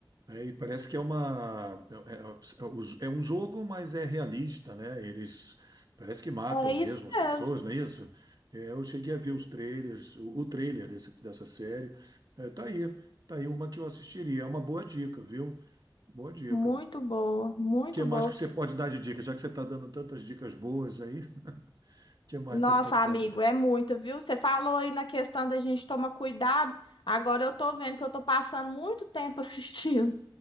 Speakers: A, on the right; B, on the left.
A: É, e parece que é uma é, é- é é o- é um jogo, mas é realista, né? Eles parece que matam
B: É isso
A: mesmo as
B: mesmo.
A: pessoas, não é isso? É, eu cheguei a ver os trailers, o, o trailer desse- dessa série. É, tá aí, tá aí uma que eu assistiria. É uma boa dica, viu? Boa dica.
B: Muito boa, muito
A: que mais
B: boa.
A: que você pode dar de dica? Já que você está dando tantas dicas boas aí, <laughs> que mais
B: Nossa,
A: você pode dar
B: amigo,
A: de dica?
B: é muito, viu? Você falou aí na questão da gente tomar cuidado. Agora eu tô vendo que eu tô passando muito tempo <laughs> assistindo.